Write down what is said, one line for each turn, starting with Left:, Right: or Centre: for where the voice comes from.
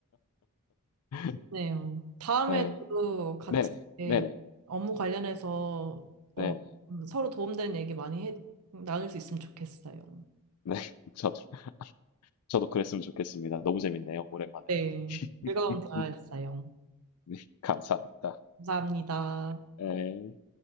Left: <laughs>
Right: 네요. 다음에
Left: 네,
Right: 또 같이
Left: 네네,
Right: 이렇게
Left: 네네,
Right: 업무 관련해서 어,
Left: 네,
Right: 음, 서로 도움되는 얘기 많이 해, 나눌 수 있으면 좋겠어요.
Left: 네, <laughs> 저도, 저도 그랬으면 좋겠습니다. 너무 재밌네요, 오랜만에.
Right: 네, 즐거운
Left: <laughs>
Right: 대화였어요.
Left: 네, 감사합니다.
Right: 감사합니다.
Left: 네.